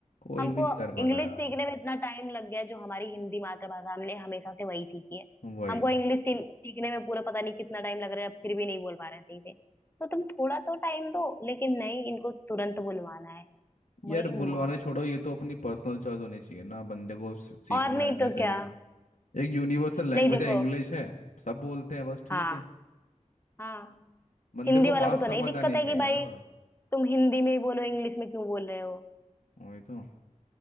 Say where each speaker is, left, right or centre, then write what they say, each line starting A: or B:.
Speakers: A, on the left (about 70°); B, on the left (about 15°).
A: कोई
B: हमको
A: भी नहीं कर पाता
B: इंग्लिश
A: यार
B: सीखने में इतना टाइम लग गया जो हमारी हिंदी मातृभाषा हमने हमेशा से वही सीखी है
A: वही
B: हमको इंग्लिश सी- सीखने में पूरा पता नहीं कितना टाइम लग रहा है अब फिर भी नहीं बोल पा रहे थे तो तुम थोड़ा तो टाइम दो लेकिन नहीं इनको तुरंत बुलवाना है
A: यार
B: वही
A: बुलवाने
B: माँ
A: छोड़ो ये तो अपनी पर्सनल चॉइस होनी चाहिए ना बंदे को सी- सीखना
B: और नहीं
A: है नहीं
B: तो
A: सीखे
B: क्या
A: एक यूनिवर्सल लैंग्वेज
B: नहीं देखो
A: है इंग्लिश है सब बोलते हैं बस ठीक
B: हाँ
A: है
B: हाँ
A: बंदे
B: हिंदी
A: को
B: वालों
A: बात
B: को
A: समझ
B: तो नहीं दिक्कत
A: आनी
B: है
A: चाहिए
B: कि भाई
A: ना बस
B: तुम हिंदी में ही बोलो इंग्लिश में क्यों बोल रहे हो
A: वही तो